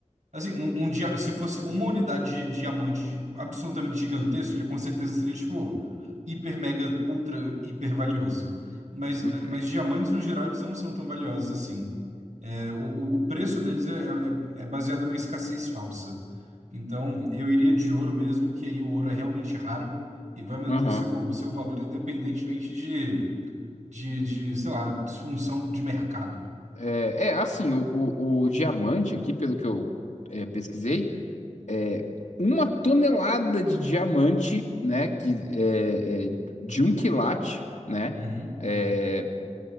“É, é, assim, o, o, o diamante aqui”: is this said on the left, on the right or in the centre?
Left